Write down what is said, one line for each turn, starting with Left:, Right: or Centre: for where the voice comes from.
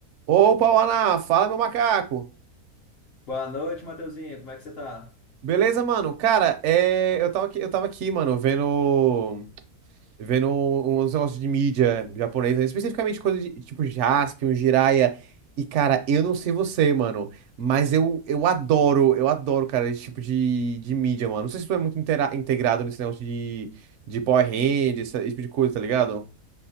Right: Opa, Ana, fala meu macaco.
Left: Boa noite, Mateuzinho. Como é que você tá?
Right: Beleza, mano? Cara, é, eu tava aqui, eu tava aqui, mano, vendo vendo uns negócios de mídia japonesa, especificamente coisa de tipo Jaspion, Jiraiya. E cara, eu não sei você, mano, mas eu, eu adoro, eu adoro, cara, esse tipo de, de mídia, mano. Não sei se tu é muito intera- integrado nesse negócio de, de Power Rangers, esse, esse tipo de coisa, tá ligado?